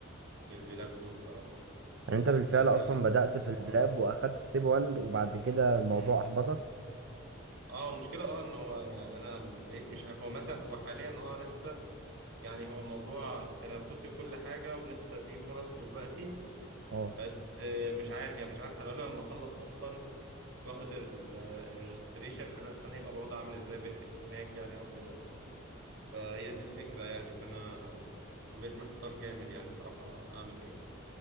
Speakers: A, on the right; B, on the right.
A: بالبلابتو الصراحة
B: يعني انت بالفعل
A: أنت
B: اصلا بدأت في البلاب
A: مم.
B: واخدت ستيب 1 وبعد كده الموضوع
A: مم.
B: احبطك
A: اه المشكلة اه ان هو يعني انا بقيت مش عارف هو مثلا هو حاليا اه لسه يعني هو الموضوع تنافسي وكل حاجة ولسه في فرص دلوقتي
B: اه
A: بس آه، مش عارف يعني مش عارف حلو لما اخلص اصلا واخد الريجستريشن انا اصلا هيبقى الوضع عامل ازاي ب- هناك يعني او كده فهي دي الفكره يعني فانا بقيت محتار جامد يعني الصراحه اعمل ايه